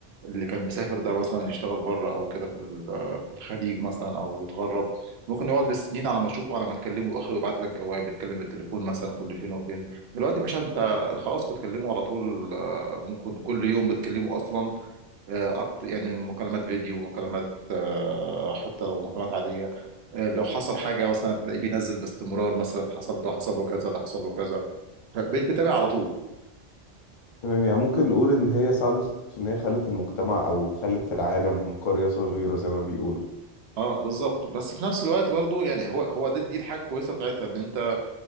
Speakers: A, on the right; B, on the left.
A: اللي كان بيسافر ده مثلا يشتغل بره او كده في ال- في الخليج مثلا او يتغرب ممكن يقعد بالسنين على ما اشوفه على ما تكلمه اخر يبعت لك جواب يتكلم بالتليفون مثلا كل فين وفين دلوقتي يا باشا انت خلاص بتكلمه على طول آه، ممكن كل يوم بتكلمه اصلا آه، أكت- يعني مكالمات فيديو مكالمات آه، حتى لو مكالمات عادية آه، لو حصل حاجة مثلا بتلاقيه بينزل باستمرار مثلا حصل ده حصل له كذا ده حصل له كذا بقيت بتابع على طول
B: تمام يعني ممكن نقول إن هي ساعدت في إن هي خلت المجتمع أو خلت العالم قرية صغيرة زي ما بيقولوا
A: اه بالظبط بس في نفس الوقت برضو يعني هو هو ده دي الحاجه الكويسه بتاعتها ان انت